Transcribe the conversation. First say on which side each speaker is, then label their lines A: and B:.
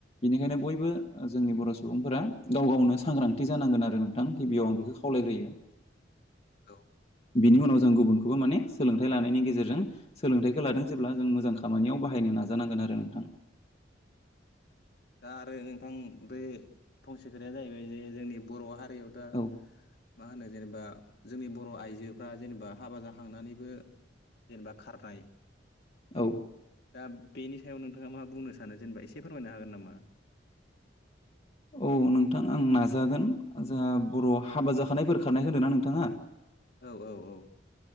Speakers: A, on the left; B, on the left.
A: बिनिखायनो बयबो ओ जोंनि बर' सुबुंफोरा गाव गावनो सांग्रांथि जानांगोन आ रो नोंथां गिबियाव आं बेखो खावलायग्रोयो
B: औ
A: बिनि उनाव जों गुबुनखौबो माने सोलोंथाइ लानायनि गेजेरजों सोलोंथाइखो लादों जेब्ला जों मोजां खामानियाव बाहायनो नाजानांगोन आरो नोंथां
B: दा आरो नोंथां बे फंसे खोथाया जाहैबाय जे जोंनि बर' हारियाव दा
A: औ
B: मा होनो जेनेबा जोंनि बर' आइजोफ्रा जेनेबा हाबा जाखांनानैबो जेनेबा खारनाय
A: औ
B: दा बेनि सायाव नोंथाङा मा बुंनो सानो जेनेबा एसे फोरमायनो हागोन नामा। <inaudible>
A: औ नोंथां आं नाजागोन जोंहा बर' हाबा जाखानायफोर खारनायखो होनदों ना नोंथाङा
B: औ औ औ